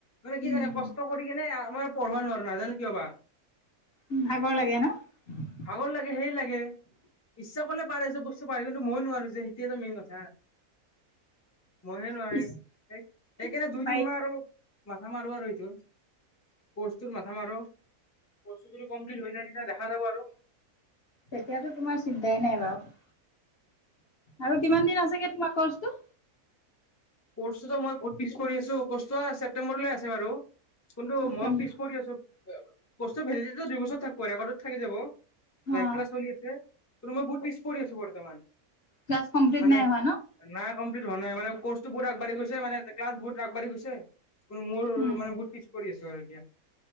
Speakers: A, on the left; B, on the left.
A: মানে কি
B: উম
A: জানে কষ্ট কৰি কিনে, আমাৰ পঢ়বা নোৱাৰো, নাজানো কিয় বা',
B: উম ', ভাগৰ লাগে ন',
A: ভাগৰ লাগে সেই লাগে ইচ্ছা কৰিলে পাৰে, চব বস্তু পাৰে কিন্তু মই নোৱাৰো যে, সেইটোৱেতো মেইন কথা। ময়ে নোৱাৰিম,
B: পিছ
A: এই কাৰনে
B: পাৰিলে
A: দুই-দিন মান আৰু মাথা মাৰো আৰু এইটোত, কৰ্চটোৰ মাথা মাৰ অহ', কৰ্চটো যদি কমপ্লিট হৈ যায় তেতিয়া দেখা যাব আৰু,
B: তেতিয়াতো তোমাৰ চিন্তাই নাই বাৰু, আৰু কিমান দিন আছেগে তোমাৰ কৰ্চটো?
A: কৰ্ছটোতে মই বহুত পিছ পৰি আছো, কৰ্চটো ছেপটেম্বৰলৈ আছে বাৰু কোনটো
B: ছেপ্টেম্বৰ
A: মই পিছ পৰি আছো, কৰ্চটো ভেলিদেটি দুই বছৰত থাকিব, ৰেকৰ্ডত থাকি যাব।
B: অ
A: লাইভ ক্লাছ চলি আছে, কিন্তু মই বহুত পিছ পৰি আছো বৰ্তমান,
B: ক্লাছ কমপ্লিট
A: মানে
B: নাই হোৱা ন'?
A: নাই কমপ্লিট হোৱা নাই মানে, কৰ্চটো বহুত আগবাঢ়ি গৈছে, মানে ক্লাছ বহুত আগবাঢ়ি গৈছে। মোৰ
B: উম
A: মানে বহুত পিছ, পৰি আছো আৰু এতিয়া,